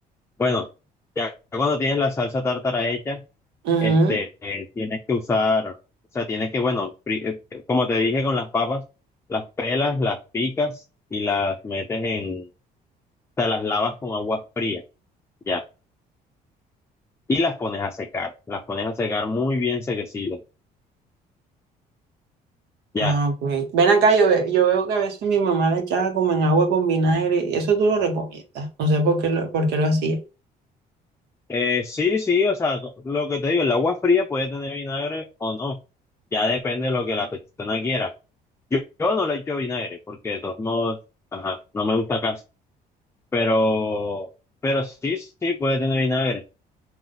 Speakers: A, on the left (about 15°); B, on the right (about 85°).
A: Bueno, ya cuando tienes la salsa tártara hecha,
B: Ujú.
A: este, eh, tienes que usar, o sea, tienes que, bueno, pri- eh, como te dije con las papas, las pelas, las picas y las metes en, o sea, las lavas con agua fría, ya, y las pones a secar, las pones a secar muy bien sequecidas, ya.
B: Ah, ok. Ven acá, yo, ve- yo veo que a veces mi mamá la echaba como en agua con vinagre. Eso tú lo recomiendas. No sé por qué lo, por qué lo hacía.
A: Eh, sí, sí, o sea, lo que te digo, el agua fría puede tener vinagre o no, ya depende de lo que la persona quiera. Yo, yo no le echo vinagre, porque de todos modos, ajá, no me gusta casi. Pero, pero sí, sí, puede tener vinagre.